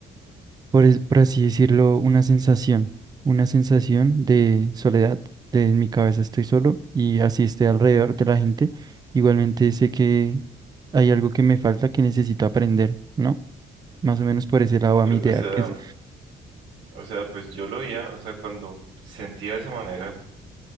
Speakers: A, on the right; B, on the right.
A: por, es- por así decirlo, una sensación, una sensación de soledad, de en mi cabeza estoy solo y así esté alrededor de la gente. Igualmente sé que hay algo que me falta que necesito aprender, ¿no? Más o menos por ese lado a
B: Pero,
A: mi idea,
B: o sea,
A: que es,
B: o sea, pues yo lo veía, o sea, cuando sentía de esa manera,